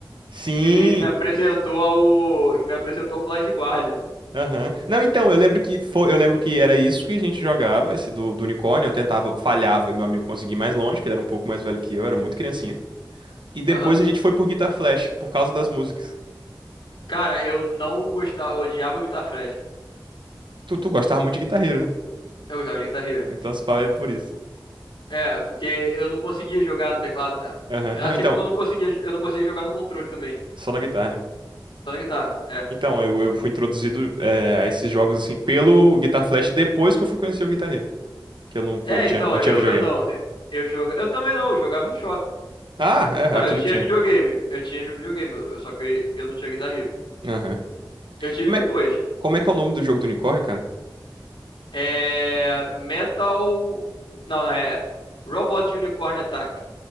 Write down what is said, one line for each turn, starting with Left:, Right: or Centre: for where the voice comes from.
Right: Sim.
Left: que me, me apresentou ao. Que me apresentou ao Blind Guardian. mano.
Right: Aham. Não, então, eu lembro que foi, eu lembro que era isso que a gente jogava, esse do, do unicórnio. Eu tentava, falhava e meu amigo conseguia ir mais longe, que ele era um pouco mais velho que eu, era muito criancinha. E depois
Left: Aham.
Right: a gente foi por Guitar Flash, por causa das músicas.
Left: Cara, eu não gostava. Eu odiava Guitar Flash.
Right: Tu, tu gostava muito de guitarreiro, né?
Left: Eu gostava de Guitar Hero.
Right: Então se fala é por isso.
Left: É, porque eu não conseguia jogar no teclado, cara.
Right: Aham.
Left: Assim
Right: Não, então,
Left: como eu não conseguia, eu não conseguia jogar no controle também.
Right: só na guitarra, né?
Left: Só na guitarra. É.
Right: Então, eu, eu fui introduzido é, a esses jogos assim pelo Guitar Flash depois que eu fui conhecer o guitarreiro. Que eu não, pô,
Left: É,
Right: não tinha,
Left: então,
Right: não
Left: eu,
Right: tinha videogame.
Left: eu não. Eu, eu joga... eu também não, eu jogava no shopping.
Right: Ah, é,
Left: Não,
Right: aqui
Left: eu tinha
Right: não tinha.
Left: videogame. Eu tinha videogame, eu- só que eu não tinha Guitar Hero.
Right: Aham.
Left: Eu tive
Right: Como
Left: depois.
Right: é, como é que é o nome do jogo do unicórnio, cara?
Left: É. Metal. Não, é. Robot Unicorn Attack.